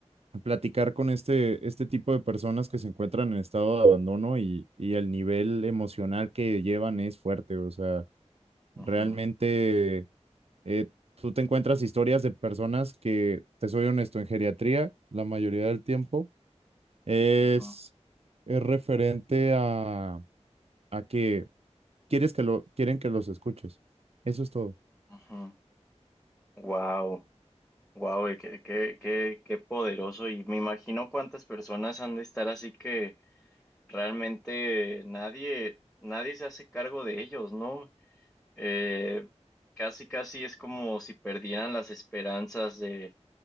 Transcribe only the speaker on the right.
platicar con este, este tipo de personas que se encuentran en estado de abandono y, y el nivel emocional que llevan es fuerte, o sea,
realmente eh, tú te encuentras historias de personas que, te soy honesto, en geriatría, la mayoría del tiempo, es,
es referente a, a que quieres que lo, quieren que los escuches. Eso es todo.